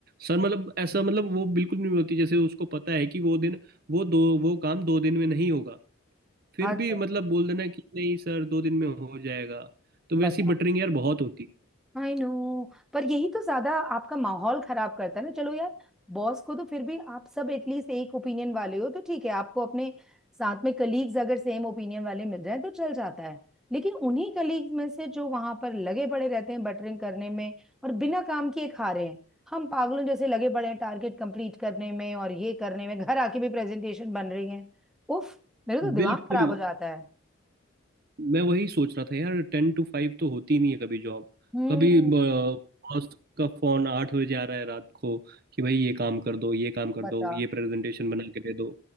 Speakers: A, on the right (about 45°); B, in the centre.
A: सर मतलब ऐसा मतलब वो बिल्कुल नहीं बोलती जैसे उसको पता है कि वो दिन वो दो वो काम दो दिन में नहीं होगा फिर
B: हद
A: भी
B: है
A: मतलब बोल देना कि नहीं सर दो दिन में हो जाएगा तो
B: बता
A: वैसी बटरिंग यार बहुत होती
B: I know पर यही तो ज्यादा आपका माहौल खराब करता है ना चलो यार बॉस को तो फिर भी आप सब एटलीस्ट एक ओपिनियन वाले हो तो ठीक है आपको अपने साथ में कलीग्स अगर सेम ओपिनियन वाले मिल जाए तो चल जाता है लेकिन उन्हीं कलीग्स में से जो वहां पर लगे पड़े रहते हैं बटरिंग करने में और बिना काम किए खा रहे हैं हम पागलों जैसे लगे पड़े हैं टारगेट कंप्लीट करने में और ये करने में घर आके भी प्रेजेंटेशन बन रही है उफ मेरे तो
A: है
B: दिमाग
A: बिल्कुल
B: खराब हो जाता है
A: मैं वही सोच रहा था यार टेन टू फाइव तो होती नहीं है कभी जॉब
B: हम्म
A: कभी बॉस का फोन आठ बजे आ रहा है रात को कि भाई ये काम कर दो ये काम कर
B: बता
A: दो ये प्रेजेंटेशन बना के दे दो